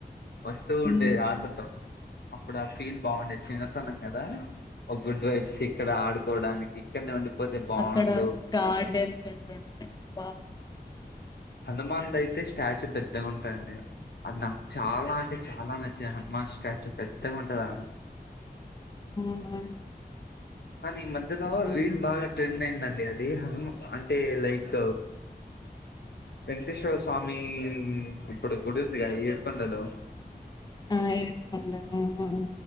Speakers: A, on the left; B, on the left.
A: వస్తు ఉండేది
B: ఉమ్
A: ఆశ తో అప్పుడు ఆ ఫీల్ బాగుండేది చిన్నతనం కదా ఒక గుడ్ వైప్స్ ఇక్కడ ఆడుకోవడానికి ఇక్కడనే ఉండిపోతే బాగుండు
B: అక్కడ గార్డెన్స్ ఉంటుడి బాగా
A: హనుమాన్ అయితే స్టాచ్యూ పెద్దగా ఉంటందండి అది నాకు చాలా అంటే చాలా నచ్చింది హనుమాన్ స్టాచ్యూ పెద్దగా ఉంటదాడ
B: అవునా
A: ఈ మధ్యలో
B: ఇప్పుడు
A: రిల్ బాగా ట్రెండ్ అయిం అండీ అది హనుమాన్ అంటే లైక్ వెంకటేశ్వర స్వామి ఇప్పుడు గుడి ఉందిగా ఏడుకొండలో
B: ఆ ఏడుకొండలు ఆ